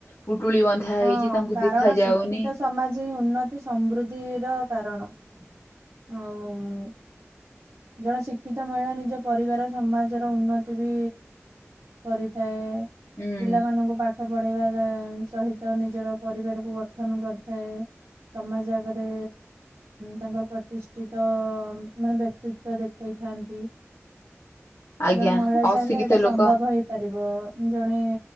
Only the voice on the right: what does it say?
ହଁ
କାରଣ
ଶିକ୍ଷିତ ସମାଜ ହିଁ ଉନ୍ନତି ସମୃଦ୍ଧିର କାରଣ। ହଉଉ ଜଣେ ଶିକ୍ଷିତ ମହିଳା ନିଜ ପରିବାର ସମାଜର ଉନ୍ନତି ବି କରିଥାଏ
ପିଲାମାନଙ୍କୁ ପାଠ ପଢେଇବା ସହିତ ନିଜର ପରିବାରକୁ ଗଠନ କରିଥାଏ। ସମାଜ ଆଗରେ ତାଙ୍କର ପ୍ରତିଷ୍ଠିତ ମାନେ ବ୍ୟକ୍ତିତ ତ ଦେଖେଇଥାନ୍ତି।
ଜଣେ ମହିଳା ଚାହିଁଲେ
ଏଇଟା
ସମ୍ଭବ ହେଇପାରିବ ଜଣେ